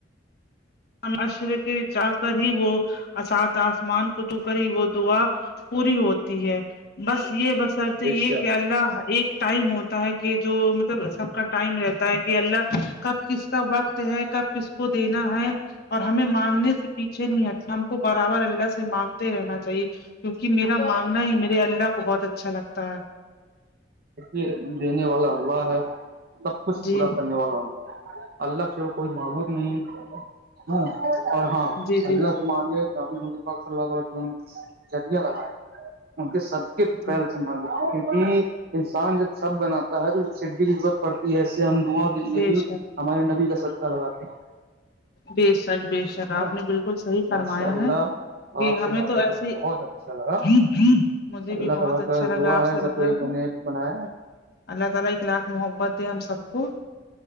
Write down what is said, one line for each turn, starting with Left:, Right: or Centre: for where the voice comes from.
Left: ہم عشر کے جا کر ہی وہ اسات آسمان کو تو کر ہی وہ دعا پوری ہوتی ہے بس یہ بصرط یہ
Right: بے شک
Left: کہ اللہ ایک ٹائم ہوتا ہے کہ جو مطلب سب کا ٹائم رہتا ہے کہ اللہ کب کس کا وقت ہے کب کس کو دینا ہے اور ہمیں مانگنے سے پیچھے نہیں ہٹنا ہم کو برابر اللہ سے مانگتے رہنا چاہیے کیوںکہ میرا مانگنا ہی میرے اللہ کو بہت اچھا لگتا ہے
Right: ے دینے والا اللہ ہے سب کچھ
Left: جی
Right: پورا کرنے والا اللہ اللہ اس کوئی معبوود نہیں ہ اور ہاں
Left: جی جی
Right: اللہ مانگے نے ان صلہیہ وس جرییا لگائے ان کے سدکے
Left: جی
Right: پہل کیونکہ انسان جب سب بناتا ہے تو سی کی ضرورت پڑتی ہے ہم داں کے لیے
Left: بے
Right: بھی
Left: شک
Right: ہمارے نبی کا سدکہ لگاتے ہیں
Left: بے شک بے شک
Right: ہے
Left: آپ
Right: نا
Left: نے بالکل صحیح فرمایا
Right: ماشاء اللہ
Left: ہے کہ
Right: آپ
Left: ہمیں
Right: سے بات
Left: تو
Right: کر
Left: ایسے
Right: کے بہت اچھا لگا
Left: ہی مجھے
Right: اللہ
Left: بھی بہت
Right: تبارک
Left: اچھا لگا
Right: دعا
Left: آپ
Right: ہے
Left: سے
Right: سب کو
Left: کے
Right: نے ایک بنایا
Left: اللہ تعالی اخلاق محبت دے ہم سب کو